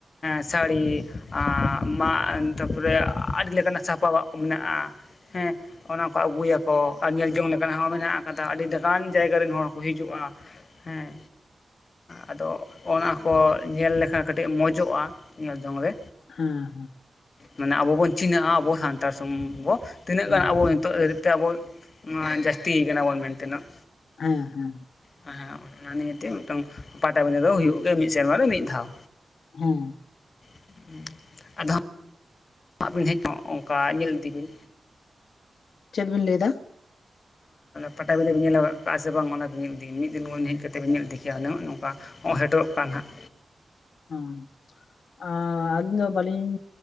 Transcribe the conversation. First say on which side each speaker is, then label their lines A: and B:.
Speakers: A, on the left; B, on the left.
A: ᱥᱟᱹᱲᱤ ᱟᱸ ᱢᱟᱜ ᱛᱟᱨᱯᱚᱨᱮ ᱟᱹᱰᱤ ᱞᱮᱠᱟᱱᱟᱜ ᱥᱟᱯᱟ-ᱟᱜ ᱠᱚ ᱢᱮᱱᱟᱜ-ᱟ᱾ ᱦᱮᱸ᱾ ᱚᱱᱟ ᱠᱚ ᱟᱹᱜᱩᱭᱟᱠᱚ ᱟᱨ ᱧᱮᱞ ᱡᱚᱝ ᱞᱮᱠᱟᱱᱟᱜ ᱦᱚᱸ ᱢᱮᱱᱟᱜ ᱠᱟᱫᱟ ᱟᱹᱰᱤᱠᱟᱱ ᱡᱟᱭᱜᱟ ᱨᱮᱱ ᱦᱚᱲ ᱠᱚ ᱦᱤᱡᱩᱜ-ᱟ᱾ ᱦᱮᱸ᱾ ᱟᱫᱚ ᱚᱱᱟ ᱠᱚ ᱧᱮᱞ ᱞᱮᱠᱷᱟᱱ ᱠᱟᱹᱴᱤᱡ ᱢᱚᱡᱚᱜ-ᱟ ᱧᱮᱞ ᱡᱚᱝ ᱨᱮ᱾
B: ᱦᱩᱸ ᱦᱩ ᱸ
A: ᱢᱟᱱᱮ ᱟᱵᱚ ᱵᱚᱱ ᱪᱤᱱᱦᱟᱹᱜ-ᱟ ᱟᱵᱚ ᱥᱟᱱᱛᱟᱲ ᱥᱚᱢ ᱵᱚ ᱛᱤᱱᱟᱹᱜ
B: ᱦᱮᱸ
A: ᱜᱟᱱ ᱟᱵᱚ ᱱᱤᱛᱚᱜ ᱦᱟᱹᱨᱤᱡ ᱛᱮ ᱟᱵᱚ ᱡᱟᱹᱥᱛᱤ ᱠᱟᱱᱟ ᱵᱚᱱ ᱢᱮᱱᱛᱮ ᱱᱚᱜ,
B: ᱦᱮᱸ ᱦᱮᱸ᱾
A: ᱦᱮᱸ ᱦᱮᱸ ᱚᱱᱟ ᱱᱤᱭᱮᱛᱮ ᱢᱤᱫᱴᱟᱝ ᱯᱟᱴᱟᱵᱸᱫᱟᱹ ᱫᱚ ᱦᱩᱭᱩᱜ ᱜᱮᱭᱟ ᱢᱤᱫ ᱥᱮᱨᱢᱟ ᱨᱮ ᱢᱤᱫ ᱫᱷᱟᱣ
B: ᱦᱩᱸ᱾
A: <inaudible> ᱟᱫᱚ ᱮᱢᱟᱜ ᱵᱤᱱ ᱦᱮᱡᱤᱛᱚᱜ ᱚᱱᱠᱟ ᱧᱮᱞ ᱤᱫᱤ ᱵᱤᱱ᱾
B: ᱪᱫᱵᱤᱱ ᱞᱟᱭ ᱫᱟ?
A: ᱯᱟᱴᱟᱵᱤᱫᱟᱹ ᱵᱚᱱ ᱧᱮᱞ ᱟᱠᱟᱫ ᱠᱟᱜᱼᱟ ᱥᱮ ᱵᱟᱝ ᱚᱱᱟᱵ ᱧᱮᱞ ᱤᱫᱤᱮᱭᱟ ᱢᱤᱫ ᱫᱤᱱ ᱠᱷᱚᱱ ᱦᱮᱡ ᱠᱟᱛᱮᱵᱚᱱ ᱧᱮᱞ ᱤᱫᱤ ᱠᱮᱭᱟ ᱩᱱᱟᱹᱜ ᱱᱚᱝᱠᱟ ᱱᱚ ᱦᱮᱴᱮᱨᱚᱜ ᱠᱟᱱ ᱦᱟᱸᱜ᱾
B: ᱦᱮᱸ ᱟᱻ ᱟᱹᱞᱤᱧ ᱫᱚ ᱵᱟᱹᱞᱤᱧ